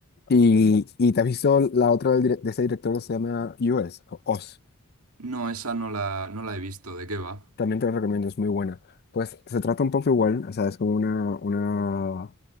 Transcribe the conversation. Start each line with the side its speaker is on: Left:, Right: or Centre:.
Left: Y, y te has visto la otra del dire- de ese director que se llama US, o Oz.
Right: No, esa no la, no la he visto, ¿de qué va?
Left: También te la recomiendo, es muy buena. Pues se trata un poco igual, o sea, es como una, una